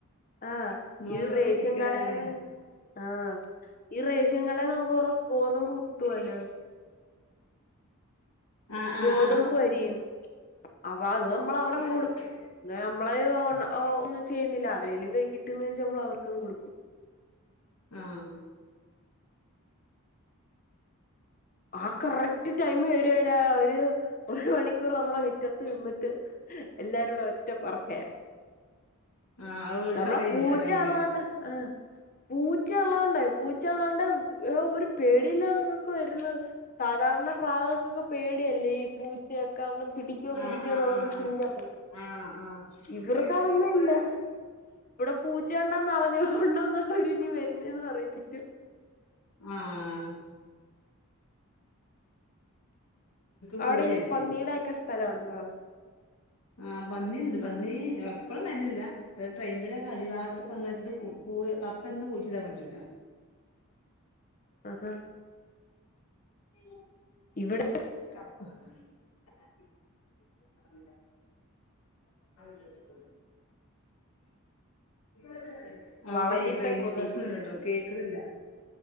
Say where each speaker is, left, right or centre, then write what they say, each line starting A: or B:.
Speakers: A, on the left (about 40°); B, on the left (about 85°).
A: ആഹ
B: മുളകൊക്കെ
A: ഈ റേഷ്യൻ
B: ചിക്കല്
A: കടേന്ന്
B: എങ്ങനെ
A: ആഹ ഈ റേഷ്യൻ കട നമുക്ക് കൊറ ഗോതമ്പ് കട്ടുവല്ലോ
B: ആഹ് ആഹ്
A: ഗോതമ്പും അരിയും അപ്പ അത് നമ്മള അവര കൊടുക്കും
B: ആഹ്
A: പിന്ന നമ്മള ഒ ചെയ്യുന്നില്ല അവരെേലും കഴിക്കിട്ടന്ന് വെച്ചാ നമ്മൾ അവർക്കങ്ങ് കൊടുക്കും
B: ആഹ
A: ആ കറക്റ്റ് ടൈമ വരേ ര ഒരു ഒരു മണിക്കൂർ നമ്മടെ വി മുറ്റത്ത് നിന്നിട്ട് എല്ലാരോട ഒറ്റ പറക്കയാ
B: ആഹ് അത് ഓൽക്കറിയേനി
A: നമ്മളെ പൂച്ച
B: ആ ടൈമേ
A: ഉള്ളോണ്ട് ആ പൂച്ചയുള്ളോണ്ട പൂച്ചയുള്ളോണ്ട് ഒരു പേടില്ല നിങ്ങക്ക് വരുന്നത് സാധാരണ പ്രാവൊക്കെ പേടിയല്ലേ ഈ പൂച്ചയക്കെ ക്കെന്ന് പിടിക്കോ പിടിക്കോ
B: ആഹ് ആഹ്
A: എന്നുള്ളരു
B: ആഹ് ആഹ്
A: ചിന്തണ്ടല്ലോ
B: ആഹ് ആഹ്
A: ഇവർക്കതൊന്നുല്ല ഇവിടെ പൂച്ച ഉണ്ടന്ന് അർഞ്ഞ കൊണ്ടന്ന ഒരുഞ് വരുന്നേ പറയത്തില്ല
B: ആഹ <inaudible> പേടിയല്ലേ
A: അവിടെ ഈ പന്നീടെക്കെ സ്ഥലവുണ്ടോ
B: ആഹ പന്നി ഉണ്ട് പന്നി എപ്പഴും വര്ലിരില്ല ടൈമിലൊക്കെ അടിഭാഗത്തൊക്കെ വന്ന് കൂ കപ്പൊന്നും കുഴിച്ചിടാൻ പറ്റൂല
A: ആഹാ
B: <unintelligible>
A: ഇവിടെ
B: കപ്പ <unintelligible> <unintelligible> അവിടെ
A: വളഞ്ഞിട്ട
B: റേഞ്ച്
A: കുന്നിനി
B: പ്രശ്നണ്ട്ട്ടോ കേക്ക്ണില്ല